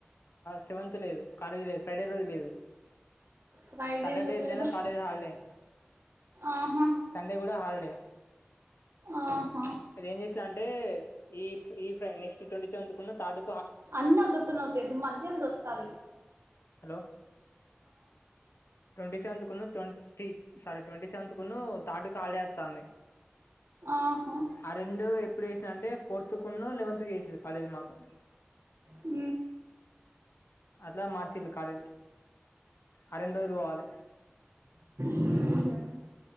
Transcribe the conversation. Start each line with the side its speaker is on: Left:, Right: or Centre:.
Left: సెవెంత్ లేదు కాలేజీ లేదు ఫ్రైడే రోజు లేదు
Right: ఫ్రైడే
Left: సటర్డే
Right: ఎందుకు
Left: ఎలేన
Right: లేదు
Left: కాలజ హల్డే
Right: ఆహా
Left: సండే కూడా హల్డే
Right: ఆహా
Left: అది ఏం చేసలా అంటే ఈ ఈ ఫ్రై నెస్ట్ ట్వంటీకున్నా తాడు
Right: అన్నన్న తత్తనవతే మధ్య దొత్తాల
Left: హలో ట్వంటీ సెవెంత్ కును ట్వంటీ సారీ ట్వంటీ సెవె్ కును థర్డ్ ఖాళీ వస్తుంది
Right: ఆహా
Left: ఆ రెం ఇప్పుడు చేసినాంటే ఫోర్త్ కు లెవెత్ చేసే కాలేజ్ మాకు
Right: అ
Left: అదిలా మార్చ కాలేజ్ అరండ రూవాల
Right: ఉహు